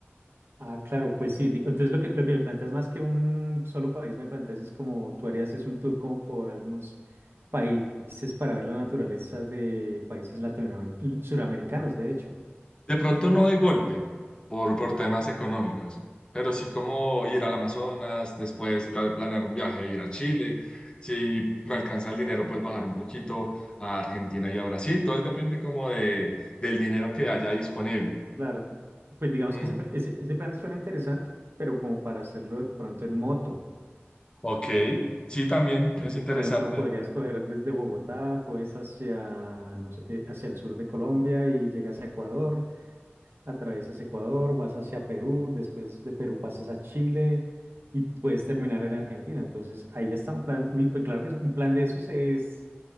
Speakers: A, on the right; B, on the left.
A: Ah, claro, pues sí. di- Entonces lo que, lo que me planteas más que un solo país, me planteas es como tú harías es un tour como por algunos países para ver la naturaleza de países latinoamericanos, suramericanos, de hecho.
B: De pronto no de golpe, por, por temas económicos, pero sí como ir al Amazonas, después pla- planear un viaje, ir a Chile. Si me alcanza el dinero, pues bajar un poquito a Argentina y a Brasil. Todo depende como de, del dinero que haya disponible.
A: Claro. Pues digamos
B: Mm.
A: que ese, pla- ese, ese plan suena interesante, pero como para hacerlo de pronto en moto.
B: Ok, sí, también
A: Entonces,
B: es interesante.
A: por ejemplo, podrías coger desde Bogotá, coges hacia, no sé, eh, hacia el sur de Colombia y llegas a Ecuador, Atravesas Ecuador, vas hacia Perú, después de Perú pasas a Chile y puedes terminar en Argentina. Entonces, ahí está un plan. Uy, pues claro que es- un plan de esos es